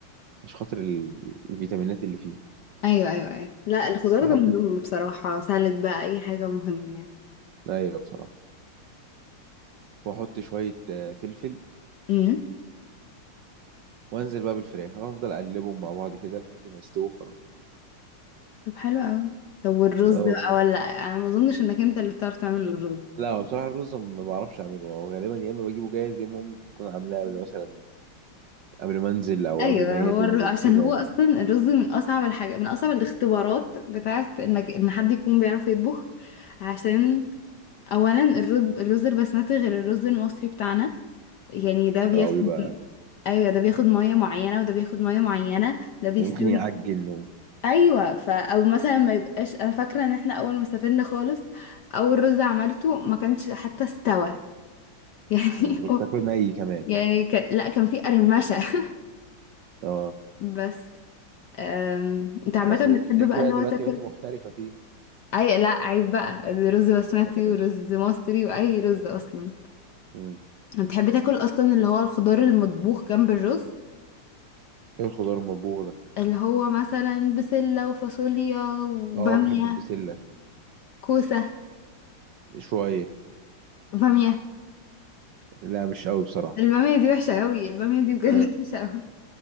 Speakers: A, on the right; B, on the left.
A: عشان خاطر ال- الفيتامينات اللي فيه
B: ايوه ايوه ايوه لا الخضار
A: واحط
B: ده مهم بصراحه سالد بقى اي حاجه مهمه
A: ايوه بصراحه واحط شويه آه، فلفل
B: يعني
A: وانزل بقى بالفراخ هفضل اقلبهم مع بعض كده لحد ما يستووا خلاص
B: طب حلو قوي طب والرز
A: اه
B: ده بقى ولا انا ما اظنش انك انت اللي بتعرف تعمل الرز
A: لا هو بصراحه الرز ما بعرفش اعمله هو غالبا يا اما بجيبه جاهز يا اما امي بتكون عاملاه قبل مثلا قبل ما انزل او
B: ايوه
A: قبل ما هي
B: هو
A: تنزل
B: الر... عشان
A: كده
B: هو
A: يعني.
B: اصلا الرز من اصعب الحاجه من اصعب الاختبارات بتاعت انك ان حد يكون بيعرف يطبخ عشان اولا الرز الرز البسمتي غير الرز المصري بتاعنا يعني ده بياخد
A: اه بيبقى
B: ايوه ده بياخد ميه معينه وده بياخد ميه معينه ده بيستوي
A: ممكن يعجن و-
B: ايوه فا او مثلا ما يبقاش انا فاكره ان احنا اول ما سافرنا خالص اول رز عملته ما كانش حتى استوى <laughs> يعني
A: يعني انت كنت تاكله ني كمان
B: يعني كان لا كان في قرمشة <laughs>
A: اه
B: بس أم... انت عامة
A: بس تلاقيكي
B: بتحب بقى
A: بقى
B: اللي
A: دلوقتي
B: هو تاكل
A: بقيتي محترفه فيه
B: اي لا عيب بقى رز بسمتي
A: ماشي
B: ورز مصري واي رز اصلا
A: امم
B: بتحب تاكل اصلا اللي هو الخضار المطبوخ جنب الرز
A: ايه الخضار المطبوخ ده
B: اللي هو مثلا بسلة وفاصوليا وبامية
A: اه بحب البسله
B: كوسة
A: شويه
B: بامية
A: لا مش قوي بصراحه
B: البامية دي وحشة قوي البامية دي بجد
A: آه.
B: <laughs> وحشة قوي